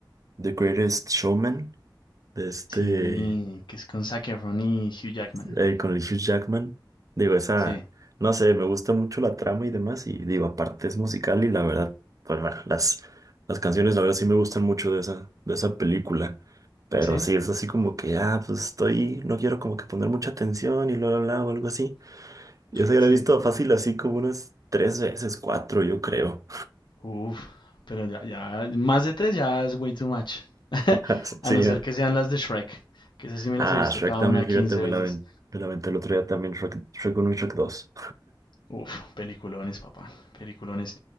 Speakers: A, on the right; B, on the left.
A: The Greatest Showman, de este...
B: sí, que es con Zac Efron y Hugh Jackman.
A: eh, con el Hugh Jackman. Digo, esa,
B: Sí,
A: no sé, me gusta mucho la trama y demás. Y digo, aparte es musical y la verdad, pues bueno, las, las canciones la verdad sí me gustan mucho de esa, de esa película. Pero
B: sí.
A: sí, es así como que, ah, pues estoy, no quiero como que poner mucha atención y bla, bla, bla, o algo así. Yo se
B: Sí,
A: la he visto fácil así como unas tres veces, cuatro, yo creo.
B: uff, pero ya, ya, más de tres ya es way too much. <laughs>
A: <laughs>
B: A
A: Sí,
B: no ser
A: ya.
B: que sean las de Shrek, que esas sí me
A: Ah,
B: las he visto
A: Shrek
B: cada
A: también,
B: una 15
A: fíjate, me
B: veces.
A: la aven- me la aventé el otro día también, Shrek, Shrek 1 y Shrek dos
B: Uf, peliculones, papá, peliculones.